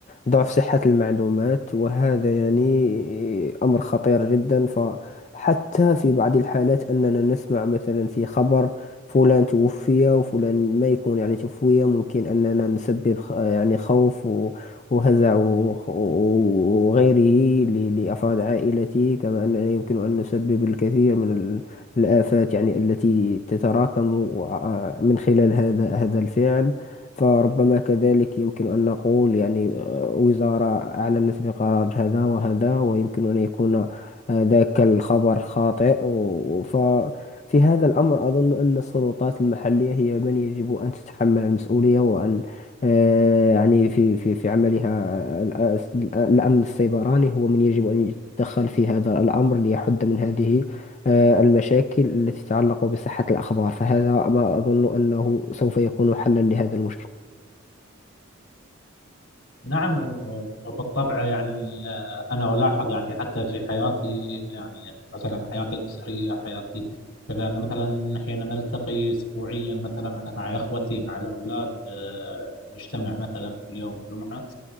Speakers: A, on the left; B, on the left.
A: ضعف صحة المعلومات وهذا يعني أمر خطير جدا فحتى في بعض الحالات أننا نسمع مثلا في خبر فلان توفي وفلان ما يكون يعني توفي ممكن أننا نسبب خ- يعني خوف وهزع وخ- وغيره ل- لأفراد عائلتي كما أننا يمكن أن نسبب الكثير من ال- الآفات يعني التي تتراكم وع- من خلال هذا هذا الفعل فربما كذلك يمكن أن نقول يعني آه، وزارة أعلنت بقرار هذا وهذا ويمكن أن يكون آه، ذاك الخبر خاطئ و- ف في هذا الأمر أظن أن السلطات المحلية هي من يجب أن تتحمل المسؤولية وأن آه، يعني في في في عملها الأس- الأمن السيبراني هو من يجب أن يتدخل في هذا الأمر ليحد من هذه آه، المشاكل التي تتعلق بصحة الأخبار فهذا ما أظن أنه سوف يكون حلا لهذا المشكل
B: نعم أيوة. بالطبع يعني آه، أنا ألاحظ يعني حتى في حياتي يعني مثلا حياتي الأسرية حياتي كذا أنا مثلا حين نلتقي أسبوعيا مثلا أنا مع إخوتي مع الأولاد آه، نجتمع مثلا كل يوم جمعة